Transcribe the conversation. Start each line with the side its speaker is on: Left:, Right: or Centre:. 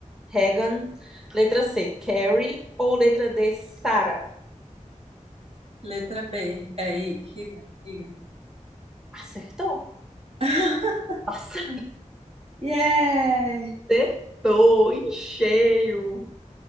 Centre: Regan. Letra C, Carrie. Ou letra D, Sarah?
Right: Letra B, é Hi- Higan, Higan.
Centre: Acertou?
Right: <laughs>
Centre: Nossa,
Right: Yeah!
Centre: acertou em cheio.